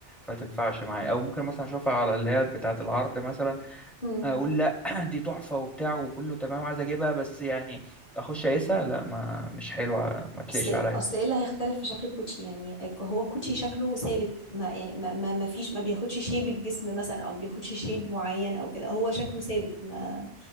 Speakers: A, in the centre; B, on the left.
A: ما تنفعش معايا او ممكن مثلا اشوفها على اللي هي بتاعه العرض مثلا
B: مم.
A: اقول لا <clears throat> دي تحفه وبتاع وكله تمام وعايز اجيبها بس يعني اخش اقيسها لا ما مش حلوه ما تليقش
B: أصل إيه،
A: عليا
B: أصل إيه اللي هيختلف في شكل الكوتشي يعني هو الكوتشي شكله ثابت ما يعني ما ما, ما فيش ما بياخدش شيب الجسم مثلا أو ما بياخدش شيب معين أو كده هو شكله ثابت ما